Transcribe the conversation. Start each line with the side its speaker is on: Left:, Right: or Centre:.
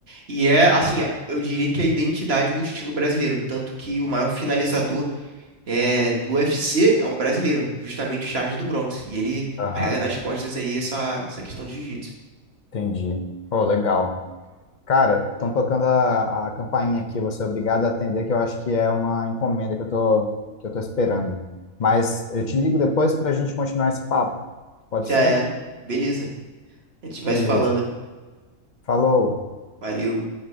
Right: e é, assim, eu diria que é a identidade do estilo brasileiro. Tanto que o maior finalizador é, do UFC é um brasileiro, justamente o Charles do Bronx. E ele
Left: Aham,
Right: carrega nas costas aí essa, essa questão de jiu-jitsu.
Left: entendi. Oh, legal. Cara, estão tocando a, a campainha aqui, você é obrigado a atender, que eu acho que é uma encomenda que eu tô, que eu tô esperando. Mas eu te ligo depois para a gente continuar esse papo. Pode
Right: Já
Left: ser?
Right: é. Beleza. A gente vai
Left: Beleza.
Right: se falando.
Left: Falou.
Right: Valeu.